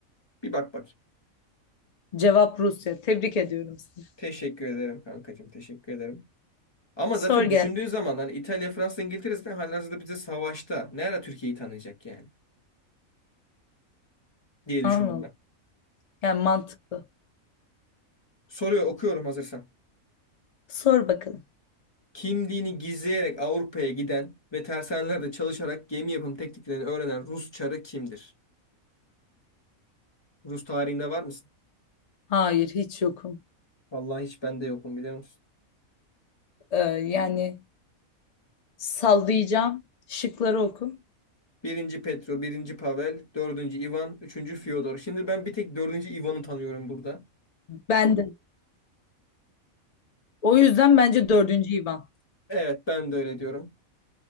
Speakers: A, on the left; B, on the left.
A: Bir bak bak.
B: Cevap Rusya. Tebrik ediyorum seni.
A: Teşekkür ederim kankacığım. Teşekkür ederim. Ama
B: Sor
A: zaten
B: gel.
A: düşündüğün zaman hani İtalya, Fransa, İngiltere zaten halihazırda bize savaşta. Ne ara Türkiye'yi tanıyacak yani diye
B: Anladım.
A: düşündüm ben.
B: Yani mantıklı.
A: Soruyor okuyorum hazırsan.
B: Sor bakalım.
A: Kimliğini gizleyerek Avrupa'ya giden ve tersanelerde çalışarak gemi yapım tekniklerini öğrenen Rus çarı kimdir? Rus tarihinde var mısın?
B: Hayır, hiç yokum.
A: Vallahi hiç bende yokum biliyor musun?
B: Ee, yani sallayacağım. Şıkları oku.
A: Birinci Petro, birinci Pavel, dördüncü Ivan, üçüncü Fyodor. Şimdi ben bir tek dördüncü Ivan'ı tanıyorum burada.
B: Ben de. O yüzden bence dördüncü İvan.
A: Evet ben de öyle diyorum.